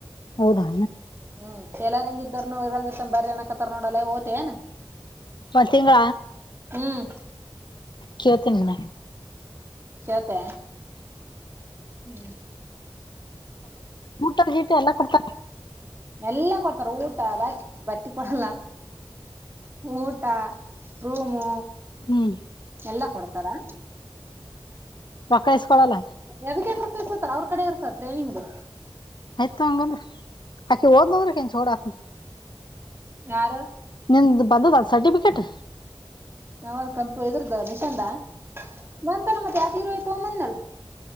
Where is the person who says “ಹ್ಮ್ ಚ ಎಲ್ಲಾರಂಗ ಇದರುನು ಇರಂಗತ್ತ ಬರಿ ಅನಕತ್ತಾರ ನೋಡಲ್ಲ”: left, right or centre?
Right